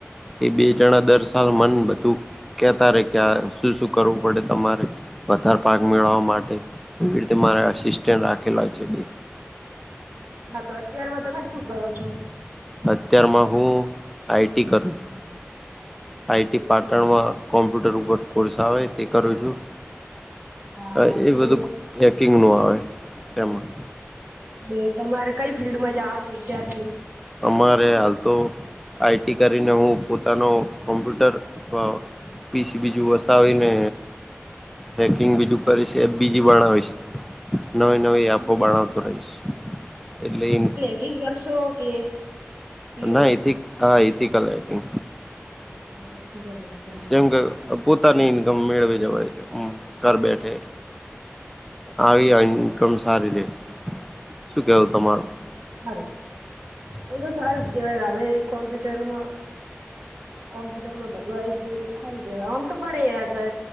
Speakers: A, in the centre; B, on the right.
A: એ બે જણા દર સાલ મન બધું કે તારે કે આ શું શું કરવું પડે તમારે વધારે પાક મેળવવા માટે એવી રીતે મારે આસિસ્ટન્ટ રાખેલા છે બે
B: હા તો અત્યાર માં તમે શું કરો છો?
A: અત્યાર માં હું આઈટી કરું છું આઈટી
B: ડિગ્રી
A: પાટણ માં કોમ્પ્યુટર ઉપર કોર્સ આવે તે કરું છું
B: હા
A: તા
B: એટલે
A: એ બધુ હેકિંગ નું આવે તે માં
B: તે તમારે કઈ ફિલ્ડમાં જાવાનું વિચાર છે?
A: અમારે હાલ તો આઈટી કરીને હું પોતાનો કોમ્પ્યુટર અ પી સી બીજું વસાવી ને હેકિંગ બીજું કરીશ એપ બીજી બણાવીશ નવી નવી
B: તમે
A: એપો બણાવતો રહીશ એટલે ઈ
B: કીંગ કરશો કે પેલું
A: ના એથી હા એથીકલ આઈથિક
B: હા ઇથિકલ હેકિંગ
A: જેમકે પોતાની ઇન્કમ મેળવી જવાય એમ ઘર બેઠે આવી આ ઇનકમ સારી રે શું કેવુ તમારું?
B: હારું એમ તો સારું જ કેવાય હવે કોમ્પ્યુટરમાં કોમ્પ્યુટર માં બધું આવી ગયું એટલે હારુ કેવાય આમ તો પણ એ યાદ છે